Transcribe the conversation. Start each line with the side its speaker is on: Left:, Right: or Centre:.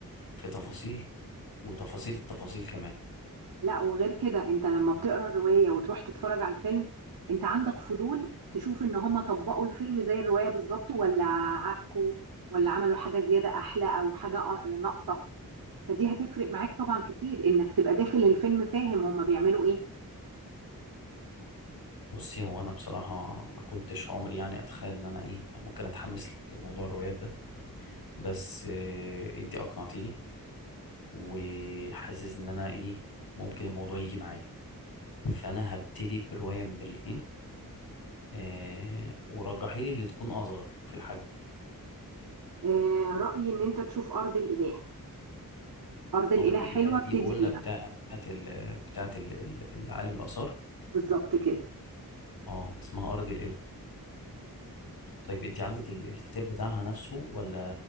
Left: في تفاصيل وتفاصيل التفاصيل كمان
Right: لا وغير كده انت لما بتقرا الروايه وتروح تتفرج على الفيلم انت عندك فضول تشوف ان هم طبقوا الفيلم زي الروايه بالظبط ولا عكوا ولا عملوا حاجه زياده احلى او حاجه آه، ناقصه فدي هتفرق معاك طبعا كتير انك تبقى داخل الفيلم فاهم هم بيعملوا ايه
Left: بصي هو انا بصراحة ما كنتش عمري يعني اتخيل ان انا ايه ممكن اتحمس لموضوع الروايات ده بس آه انت اقنعتيني وحاسس ان انا ايه ممكن الموضوع يجي معايا فانا هبتدي برواية من الاتنين آه ورجحيلي اللي تكون اصغر في الحجم
Right: آه رايي ان انت تشوف ارض الاله ارض الاله
Left: ارض
Right: حلوه
Left: الاله دي
Right: ابتدي
Left: قلنا
Right: بيها
Left: بتاعت ال... بتاعت ال... ال- العالم الاثار
Right: بالظبط كده
Left: اه اسمها ارض الاله طيب انت عندك ال... الكتاب بتاعها نفسه ولا